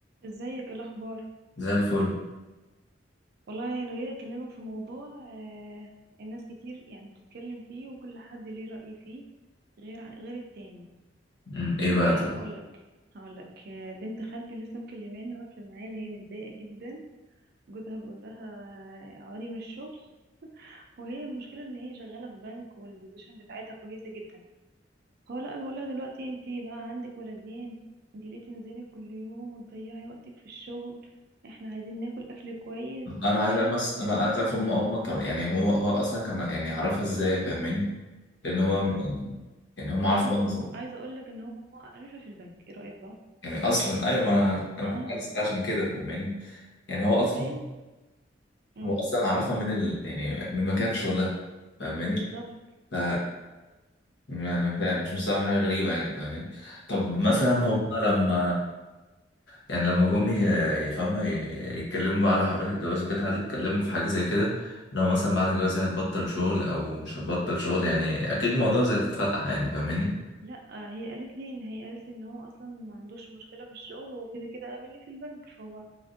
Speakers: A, on the right; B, on the left.
A: ازيك ايه الاخبار
B: زي الفل
A: والله انا جايه اكلمك في موضوع آه الناس كتير يعني بتتكلم فيه وكل حد ليه رأي فيه غير عن- غير التاني
B: مم. ايه بقى
A: آه
B: طب
A: هقولك هقولك آه بنت خالتي لسه مكلماني واقفه معايا اللي هي متضايقه جدا جوزها بيقول لها آه، اقعدي من الشغل وهي المشكله ان هي شغاله في بنك والبوزيشن بتاعتها كويسه جدا هو لا بيقول لها دلوقتي انت بقى عندك ولدين انت ليه تنزلي كل يوم وتضيعي وقتك في الشغل احنا عايزين ناكل اكل كويس
B: انا
A: ولادك
B: عايز بس
A: اولى
B: انا
A: بيكي
B: انا عايز افهم امك كمان يعني هو هو اصلا كان يعني عرفها ازاي فاهماني لان هو يعني يعني هم عارفوا
A: لا هو
B: أنا
A: هو
B: قصدي-
A: عايزه اقول لك ان هو عارفها في البنك ايه رايك بقى
B: يعني اصلا ايوه ما انا انا
A: اه
B: كنت عايز أسأل عشان كده فاهماني يعني
A: انت
B: هو
A: متخيل
B: اصلا
A: امم
B: هو اصلا عرفها من ال يعني من مكان شغلها فاهماني
A: بالظبط
B: ف يعني ف- يعني مش مستوعب حاجة غريبة يعني فاهمين طب مثلا
A: امم
B: هم لما يعني لما جم ي- يفهموا ي- يتكلموا بقى على حرية الجواز وكده هل اتكلموا في حاجة زي كده لو مثلا بعد الجواز هتبطل شغل أو مش هتبطل شغل يعني أكيد موضوع زي ده اتفتح يعني فاهماني
A: لا هي قالت لي ان هي قالت لي ان هو اصلا ما عندوش مشكله في الشغل هو كده كده قابلني في البنك فهو